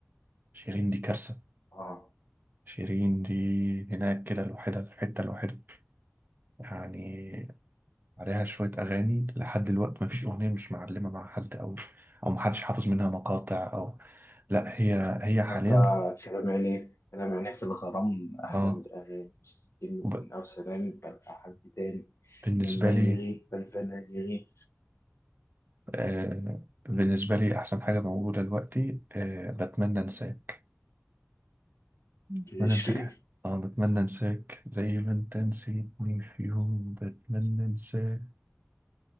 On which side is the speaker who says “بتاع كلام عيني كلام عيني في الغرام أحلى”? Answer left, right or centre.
Left